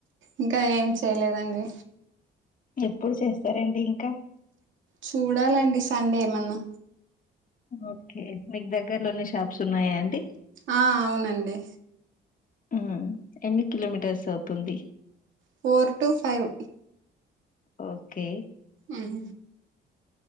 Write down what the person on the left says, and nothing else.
ఎప్పుడు చేస్తారండి ఇంకా
ఓకే మీకు దగ్గరలోని షాప్స్ ఉన్నాయా అండి
మ్మ్ ఎన్ని కిలోమీటర్స్ అవుతుంది
ఓకే